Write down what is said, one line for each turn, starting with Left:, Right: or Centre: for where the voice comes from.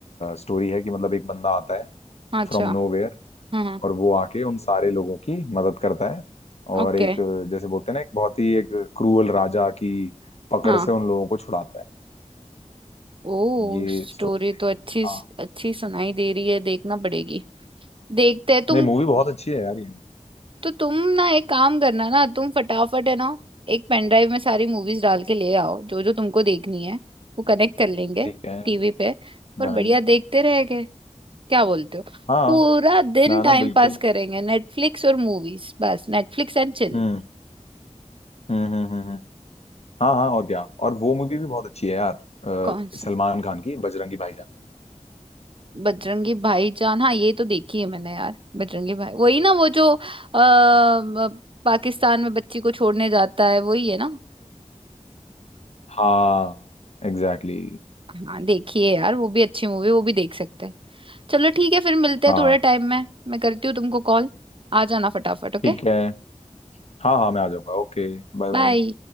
Left: स्टोरी है कि मतलब एक बंदा आता है
Right: अच्छा
Left: फ्रॉम नो वेयर
Right: हाँ हाँ
Left: और वो आके उन सारे लोगों की मदद करता है और
Right: ओके
Left: एक जैसे बोलते हैं ना एक बहुत ही एक क्रूअल राजा की पकड़
Right: हाँ
Left: से उन लोगों को छुड़ाता है
Right: ओ
Left: ये
Right: स्टोरी
Left: स्टोरी
Right: तो अच्छी
Left: हाँ
Right: अच्छी सुनाई दे रही है देखना पड़ेगी देखते हैं तुम
Left: नहीं मूवी बहुत अच्छी है यार ये
Right: तो तुम ना एक काम करना ना तुम फटाफट है ना एक पेन ड्राइव में सारी मूवीज डाल के ले आओ जो जो तुमको देखनी है वो कनेक्ट कर लेंगे
Left: ठीक है
Right: टीवी पे और
Left: डन
Right: बढ़िया देखते रहेंगे क्या बोलते हो
Left: हाँ
Right: पूरा दिन
Left: ना
Right: टाइम
Left: ना बिल्कुल
Right: पास करेंगे नेटफ्लिक्स और मूवीज बस नेटफ्लिक्स एंड चिल
Left: हम्म हम्म हम्म हम्म हम्म। हाँ हाँ और क्या और वो मूवी भी बहुत अच्छी है यार अ,
Right: कौन से
Left: सलमान खान की बजरंगी भाईजान
Right: बजरंगी भाईजान हाँ ये तो देखी है मैंने यार बजरंगी भाई वही ना वो जो अ, अ, पाकिस्तान में बच्ची को छोड़ने जाता है वही है ना
Left: हाँ एग्जैक्टली
Right: हाँ देखिए यार वो भी अच्छी मूवी वो भी देख सकते हैं चलो ठीक है फिर मिलते हैं
Left: हाँ
Right: थोड़े टाइम में मैं करती हूँ तुमको कॉल आ जाना फटाफट ओके
Left: ठीक है हाँ हाँ मैं आ जाऊंगा ओके Bye bye
Right: बाय